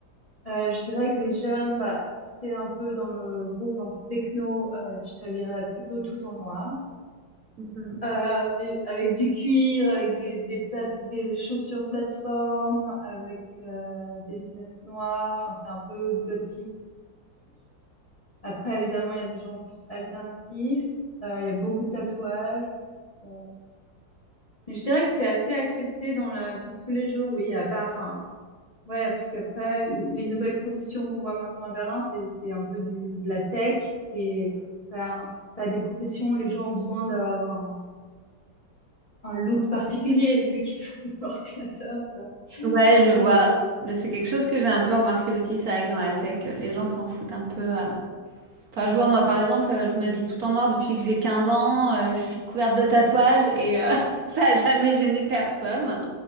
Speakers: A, on the left; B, on the right.
A: Euh, je dirais que les jeunes, bah, si t'es un peu dans le groupe un peu techno, euh, tu t'habillerais plutôt tout en noir.
B: Mhm.
A: Euh, avec, avec du cuir, avec des, des, plate- des chaussures plateforme, avec euh, des lunettes noires. Enfin, c'est un peu gothique-ish. Après, évidemment, il y a des gens plus alternatifs. Euh, il y a beaucoup de tatouages. Euh, Mais je dirais que c'est assez accepté dans la vie de tous les jours, oui. À part, enfin, ouais, parce qu'après, les nouvelles professions qu'on voit maintenant à Berlin, c'est c'est un peu du de la tech et c'est pas, pas des professions où les gens ont besoin d'avoir un un look particulier vu qu'ils sont <laughs> de l'ordinateur. tu
B: Ouais, je vois.
A: Mais
B: Mais C'est quelque chose que j'ai un peu remarqué aussi, c'est vrai que dans la tech, les gens s'en foutent un peu. euh, Enfin, je vois, moi, par exemple, euh, je m'habille tout en noir depuis que j'ai 15 ans, euh, je suis couverte de tatouages et euh, <laughs> ça a jamais gêné personne,